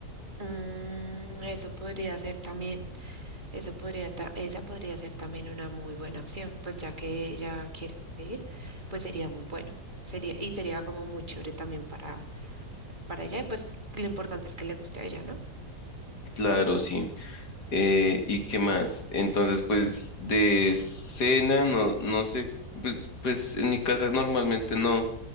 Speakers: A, on the right; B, on the left.
A: Mm, eso podría ser también. Eso podría, ta- esa podría ser también una muy buena opción, pues ya que ella quiere ir, pues sería muy bueno. Sería, y sería como muy chévere también para, para ella, y pues lo importante es que le guste a ella, ¿no?
B: Claro, sí. Eh, ¿y qué más? Entonces, pues de cena, no, no sé, pues, pues en mi casa normalmente no,